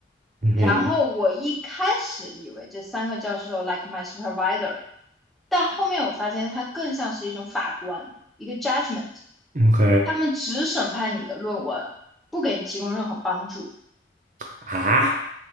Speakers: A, on the right; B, in the centre.
A: 嗯哼嗯
B: 然后我一开始以为这三个教授 like my supervisor，但后面我发现他更像是一种法官，一个 judgment，
A: o k
B: 他们只审判你的论文，不给你提供任何帮助。
A: 啊